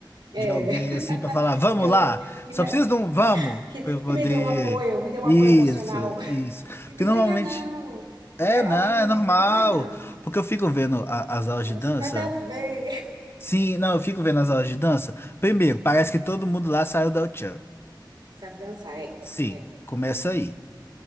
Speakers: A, on the right (about 65°); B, on the left (about 30°).
A: É.
B: de alguém
A: <laughs>
B: assim pra falar, vamos
A: Que, eu-
B: lá!
A: que
B: Só
A: me,
B: preciso de um vamos
A: que,
B: pra eu
A: que
B: poder.
A: me deu um apoio, me deu
B: Isso,
A: um apoio emocional. <laughs>
B: isso.
A: Que
B: Porque
A: diga,
B: normalmente.
A: liga não,
B: É,
A: né?
B: não,
A: Alguém que
B: é normal.
A: diga, liga não.
B: Porque eu fico vendo a- as aulas
A: Nossa,
B: de dança.
A: Nada a ver.
B: Sim, não, eu fico vendo as aulas de dança. Primeiro, parece que todo mundo lá saiu da Uchan.
A: <laughs> Sabe dançar, é.
B: Sim,
A: É.
B: começa aí.